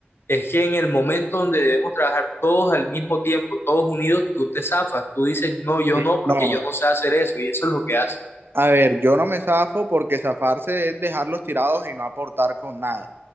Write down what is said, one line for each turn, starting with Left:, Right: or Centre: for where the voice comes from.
Left: es que en el momento donde debemos trabajar todos al mismo tiempo, todos unidos, tú te zafas, tú dices, no, yo
Right: Sí,
Left: no, porque
Right: No,
Left: yo no sé hacer eso, y eso es lo que haces.
Right: a ver, yo no me zafo porque zafarse es dejarlos tirados y no aportar con nada.